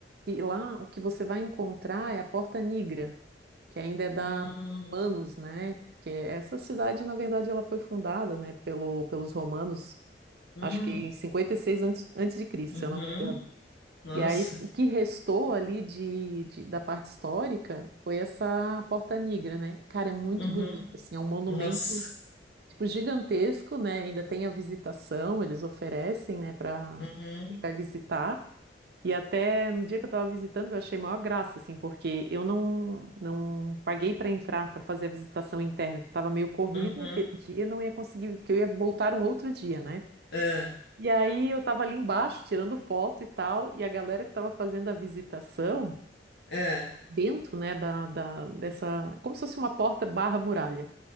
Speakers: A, on the right; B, on the left.
A: e lá o que você vai encontrar é a Porta Negra, que ainda é da
B: hum,
A: romanos, né? Porque essa cidade, na verdade, ela foi fundada, né, pelo, pelos romanos
B: hum,
A: acho que em 56 antes, antes de Cristo,
B: uhum,
A: se eu não me engano.
B: nossa,
A: E aí o que restou ali de, de- da parte histórica foi essa Porta Negra, né? Cara, é muito
B: uhum,
A: bonito, assim, é um monumento
B: nossa,
A: tipo gigantesco, né? Ainda tem a visitação, eles oferecem, né, para
B: uhum,
A: quem vai visitar. E até no dia que eu estava visitando, eu achei maior graça, assim, porque eu não, não paguei para entrar, para fazer a visitação interna. que Estava meio corrida
B: uhum,
A: aquele dia, não ia conseguir, porque eu ia voltar um outro dia, né?
B: é,
A: E aí eu tava ali embaixo tirando foto e tal, e a galera que tava fazendo a visitação,
B: é,
A: dentro, né, da, da- dessa, como se fosse uma porta barra muralha.